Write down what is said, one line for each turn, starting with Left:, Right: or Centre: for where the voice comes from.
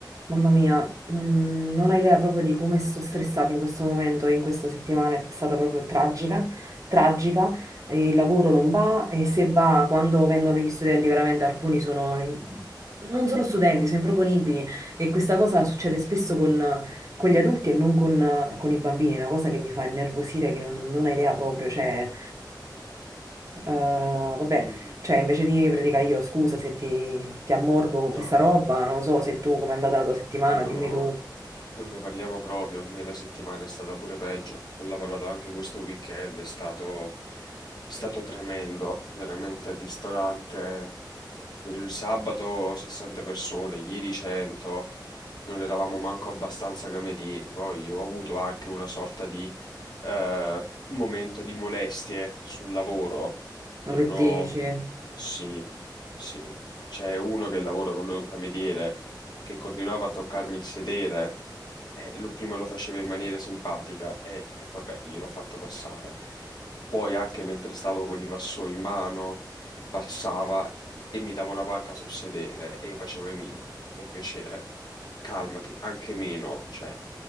Right: Mamma mia, non, non hai idea proprio di come sto stressata in questo momento, in questa settimana è stata proprio tragica, tragica, eh, il lavoro non va e se va, quando vengono gli studenti, veramente alcuni sono, i- non sono studenti, sono improponibili e questa cosa succede spesso con, con gli adulti e non con, con i bambini, è una cosa che mi fa innervosire, che non, non hai idea proprio, cioè... Eh, vabbè,
Left: Mm,
Right: cioè invece di praticare io, scusa se ti, ti ammorbo con
Left: no,
Right: questa roba, non so se tu, com'è andata la tua settimana,
Left: no,
Right: dimmi tu,
Left: non ne parliamo proprio. A me la settimana è stata pure peggio. Ho lavorato anche questo weekend, è stato, è stato tremendo, veramente al ristorante. Il sabato 60 persone, ieri 100, non eravamo manco abbastanza come tiri. Poi ho avuto anche una sorta di eh, momento di molestie sul lavoro. Mi
Right: no che
Left: hanno
Right: dici?
Left: Sì, sì. C'è uno che lavora con lui, un cameriere, che continuava a toccarmi il sedere. E lo- prima lo faceva in maniera simpatica e, e vabbè, io l'ho fatto passare. Poi anche mentre stavo con i vassoi in mano, passava e mi dava una pacca sul sedere e io facevo Emilio, per piacere, calmati, anche meno, cioè,